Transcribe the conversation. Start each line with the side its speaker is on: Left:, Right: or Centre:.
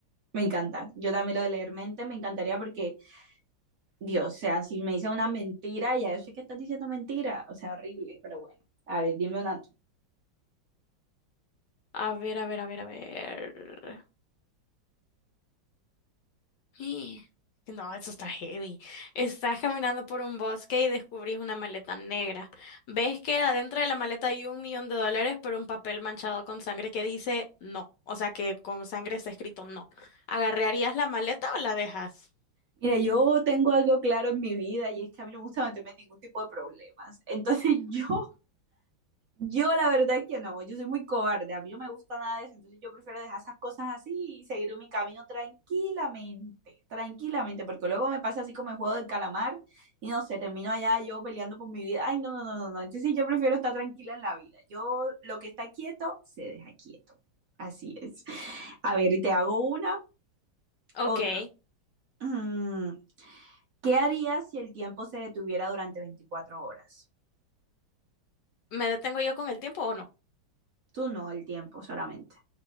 Right: me encanta. Yo también lo de leer mente me encantaría porque, Dios, o sea, si me dice una mentira, ya yo sé que estás diciendo mentira. O sea, horrible, pero bueno. A ver, dime una tú.
Left: A ver, a ver, a ver, a ver. <gasps> Y- No, eso está heavy. Estás caminando por un bosque y descubrís una maleta negra. Ves que adentro de la maleta hay un millón de dólares pero un papel manchado con sangre que dice no. O sea que con sangre está escrito no. ¿Agarrarías la maleta o la dejas?
Right: Mira, yo tengo algo claro en mi vida y es que a mí no me gusta meterme en ningún tipo de problemas. Entonces <laughs> yo, yo la verdad es que no, yo soy muy cobarde, a mí no me gusta nada de eso, entonces yo prefiero dejar esas cosas así y seguir mi camino tranquilamente, tranquilamente, porque luego me pasa así como el juego del calamar y no sé, termino allá yo peleando por mi vida. Ay, no, no, no, no, no. Entonces yo prefiero estar tranquila en la vida. Yo lo que está quieto, se deja quieto. Así es. A ver, y te hago una,
Left: Ok.
Right: otra. Mm, ¿Qué harías si el tiempo se detuviera durante 24 horas?
Left: ¿Me detengo yo con el tiempo o no?
Right: Tú no, el tiempo solamente.